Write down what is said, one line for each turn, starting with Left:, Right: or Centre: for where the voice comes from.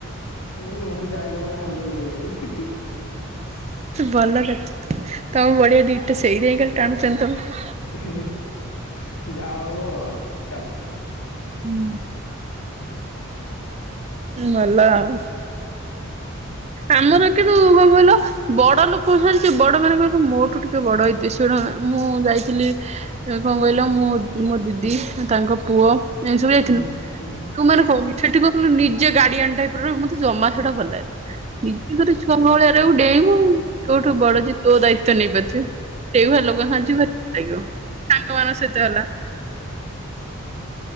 Left: ହୁଁ, ମୁଁ ଯାଏ କେବଳ ହାଣ୍ଡେଲ କରିବାକୁ। ହିଁ ହିଁ।
Right: ଭଲ ଦେ, ତମେ ବଳିିଆ ଦିଟା ସେଇ ଦେଇ ଖାଲି ଟାଣୁଚନ୍ତି ତମକୁ।
Left: ହେ ହେ ହେ ଯା ହୁଅ ଚାଲ।
Right: ହୁଁ, ଭଲ ଆଉ। ଆମର କିନ୍ତୁ କଣ କହିଲ ବଡ ଲୋକଙ୍କ ସାଙ୍ଗରେ କିଏ, ବଡ ମାନେ କଣ କହିଲ ମୋଠୁ ଟିକେ ବଡ ହେଇଥିବେ, ଶୁଣ ମୁଁ ଯାଇଥିଲି କଣ କହିଲ, ମୋ, ମୋ ଦିଦି, ତାଙ୍କ ପୁଅ, ଏମିତି ସବୁ ଯାଇଥିଲୁ।
Left: ହୁଁ ହୁଁ
Right: ତୁ ମାନେ କ ସେଠି କଣ କହିଲୁ, ନିଜେ ଗାଡିଆନ ଟାଇପର, ମତେ ଜମା ସେଟା ଭଲ ଲାଗିଲାନି। ନିଜେ ଘର ଛୁଆଙ୍କ ଭଳିଆ ଆରେ ଡେଇଁବୁ କୋଉଠୁ ବଡ ଯିଏ ତୋ ଦାୟିତ୍ଵ ନେଇ ପାରୁଥେ ସେଇ ଭଳି ଲୋକ <unintelligible> ଭଲ ଲାଗିବ ସାଙ୍ଗ ମାନଙ୍କ ସହିତ ହେଲା।